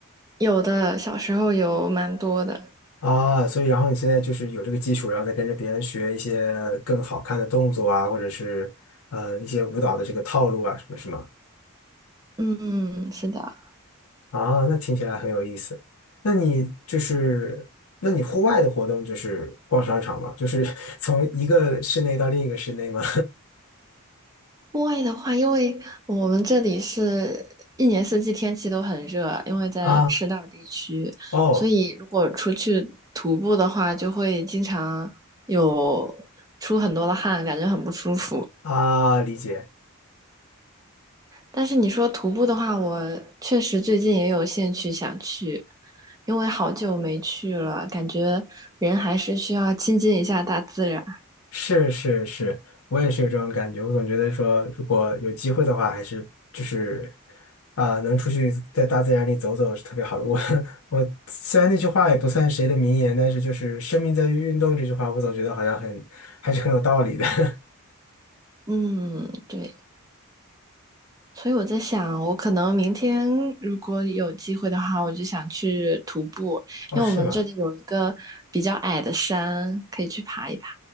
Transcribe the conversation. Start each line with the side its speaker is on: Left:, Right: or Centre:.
Right: 有的，小时候有蛮多的。
Left: 啊，所以然后你现在就是有这个基础，然后再跟着别人学一些更好看的动作啊，或者是呃一些舞蹈的这个套路啊什么是吗？
Right: 嗯，是的。
Left: 啊，那听起来很有意思。那你就是，那你户外的活动就是逛商场吗？就是 <laughs> 从一个室内到另一个室内吗？
Right: 户外的话，因为我们这里是一年四季天气都很热，因为在赤道地区，
Left: <laughs> 啊哦
Right: 所以如果出去徒步的话，就会经常有出很多的汗，感觉很不舒服。
Left: 啊，理解，
Right: 但是你说徒步的话，我确实最近也有兴趣想去，因为好久没去了，感觉人还是需要亲近一下大自然。
Left: 是是是，我也是有这种感觉。我总觉得说，如果有机会的话，还是就是啊、能出去在大自然里走走是特别好的。我 <laughs> 我虽然那句话也不算谁的名言，但是就是“生命在于运动”这句话，我总觉得好像很还是很有道理的。<laughs>
Right: 嗯，对。所以我在想，我可能明天如果有机会的话，我就想去徒步，
Left: 哦，
Right: 因为我们这里有一个比较矮的山，
Left: 是吗？
Right: 可以去爬一爬，